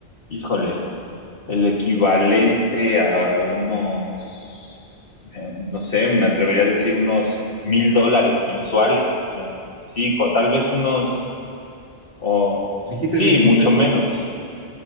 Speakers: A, on the left; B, on the right.
A: híjole, el equivalente a unos eh, no sé, me atrevería a decir unos
B: quinientos
A: mil dólares mensuales. eh, Sí, con tal vez unos, o
B: Dijiste
A: sí,
B: diez mil
A: mucho
B: pesos,
A: menos.